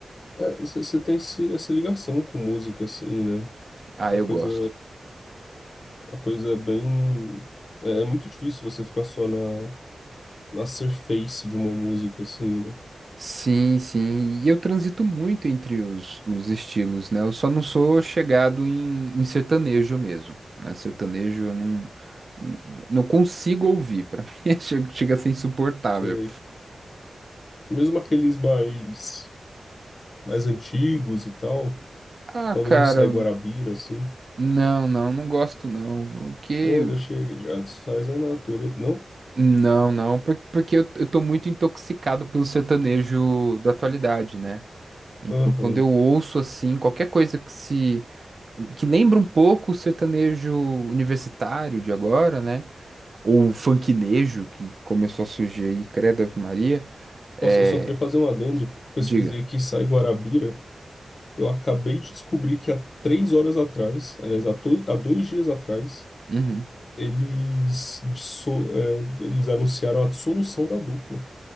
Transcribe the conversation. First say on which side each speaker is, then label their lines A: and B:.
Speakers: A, on the left; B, on the right.
A: É, Você tem esse- essa ligação com música, assim, né?
B: Ah,
A: A
B: eu
A: coisa.
B: gosto.
A: A coisa é bem. É, é muito difícil você ficar só na, na surface de uma música, assim, né?
B: Sim, sim. E eu transito muito entre os, os estilos, né? Eu só não sou chegado em, em sertanejo mesmo, né? Sertanejo eu não, não consigo ouvir. Pra <laughs> mim é- chega chega a ser insuportável.
A: Sei. Mesmo aqueles mais, mais antigos e tal,
B: Ah,
A: talvez
B: cara,
A: um Sai Guarabira, assim.
B: não, não, não gosto não. O que?
A: O homem chega e já desfaz a natureza. Não?
B: Não, não, por- porque eu, eu tô muito intoxicado pelo sertanejo da atualidade, né? Então,
A: Aham.
B: quando eu ouço assim, qualquer coisa que se que lembra um pouco o sertanejo universitário de agora, né? Ou o funknejo que começou a surgir aí, credo Ave Maria, é,
A: Nossa, eu só queria fazer um adendo. Pesquisei
B: diga.
A: aqui Sai Guarabira. Eu acabei de descobrir que há três horas atrás, aliás, há, to- há dois dias atrás,
B: Uhum.
A: eles, disso- é, eles anunciaram a dissolução da dupla.